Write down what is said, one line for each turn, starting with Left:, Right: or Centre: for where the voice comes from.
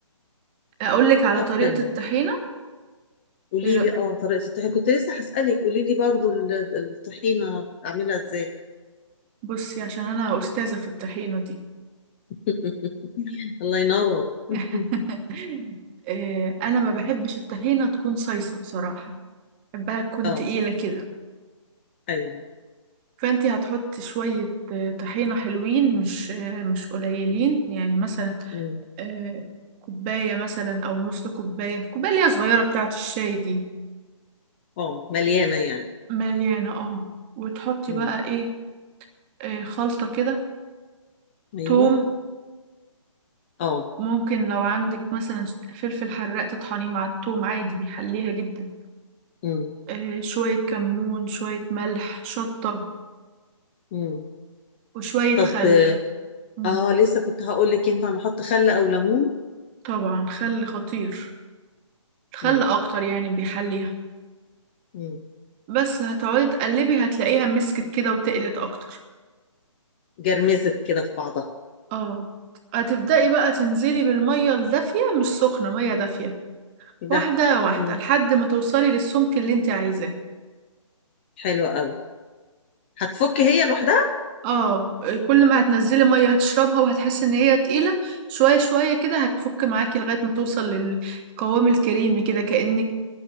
Right: اقول لك على
Left: طب
Right: طريقة
Left: تمام
Right: الطحينة
Left: قولي
Right: ايه رأيك
Left: لي اه طريقة الطحينة كنت لسه هسألك قولي لي برضو ال- الطحينة بتعملها ازاي
Right: بصي عشان انا استاذة في الطحينة دي
Left: <laughs> الله ينور <laughs>
Right: <laughs> إيه، انا ما بحبش الطحينة تكون صيصة بصراحة بحبها تكون
Left: اه
Right: تقيلة كده
Left: ايوه
Right: فانتي هتحطي شوية آه، طحينة حلوين مش آه، مش قليلين يعني مثلا
Left: مم.
Right: آه، كوباية مثلا او نص كوباية كوباية اللي هي صغيرة بتاعة الشاي دي
Left: اه مليانة يعني
Right: مليانة اه وتحطي
Left: مم.
Right: بقى ايه آه، خلطة كده
Left: ايوه
Right: توم
Left: اه
Right: ممكن لو عندك مثلا فلفل حراق تطحنيه مع التوم عادي بيحليها جدا
Left: مم.
Right: آه، شوية كمون شوية ملح شطة
Left: مم.
Right: وشوية
Left: طب
Right: خل مم،
Left: اه لسه كنت هقول لك ينفع نحط خل او ليمون
Right: طبعا خل خطير الخل
Left: مم.
Right: أكتر يعني بيحليها
Left: مم.
Right: بس هتقعدي تقلبي هتلاقيها مسكت كده وتقلت أكتر
Left: جرمزت كده في بعضها
Right: اه هتبدأي بقى تنزلي بالمية الدافية مش سخنة مية دافية
Left: إيه
Right: واحدة
Left: ده
Right: واحدة
Left: مم.
Right: لحد ما توصلي للسمك اللي انت عايزاه
Left: حلو قوي هتفك هي لوحدها
Right: اه كل ما هتنزلي ميه هتشربها وهتحسي ان هي تقيله شويه شويه كده هتفك معاكي لغايه ما توصل للقوام الكريمي كده كأنك